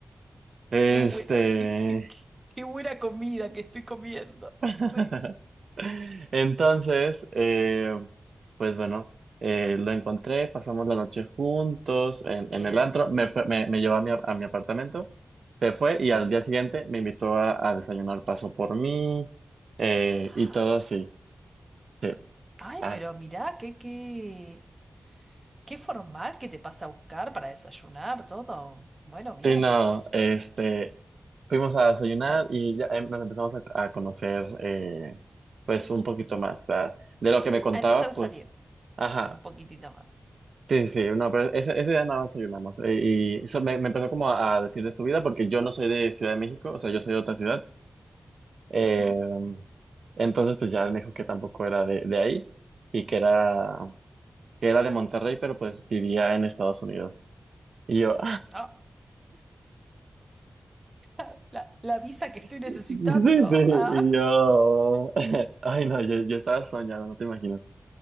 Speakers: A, on the right (about 90°); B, on the right (about 30°).
A: Este.
B: Qué buena, qué, qué- qué- qué buena comida que estoy comiendo.
A: <laughs>
B: Sí.
A: Entonces, eh, pues bueno, eh, lo encontré, pasamos la noche juntos en,
B: Bien.
A: en el antro, me, fue- me, me llevó a mi, a mi apartamento, se fue
B: Ujú.
A: y al día siguiente me invitó a, a desayunar, pasó por mí eh,
B: Ah,
A: y todo así. Sí,
B: ay,
A: así
B: pero mirá, qué, qué. Qué formal que te pasa a buscar para desayunar, todo. Bueno, bien.
A: no, este, fuimos a desayunar
B: Para,
A: y ya eh, nos empezamos a, a conocer eh, pues un poquito más. o sea, de lo que me contaba,
B: a empezar a
A: pues,
B: salir
A: ajá.
B: un poquitito más.
A: Sí, sí, no, pero ese, ese día nada más soy nada más. Eh, Y eso me, me empezó como a, a decir de su vida, porque yo no soy de Ciudad de México, o sea, yo soy de otra ciudad. Eh,
B: Ujú.
A: entonces, pues ya él me dijo que tampoco era de, de ahí y que era, que era de Monterrey, pero pues vivía en Estados Unidos. Y yo,
B: Ah, <laughs> la, la visa que estoy necesitando.
A: <laughs> sí, sí,
B: Ah,
A: y yo, <laughs> ay, no, yo, yo estaba soñado, no te imaginas.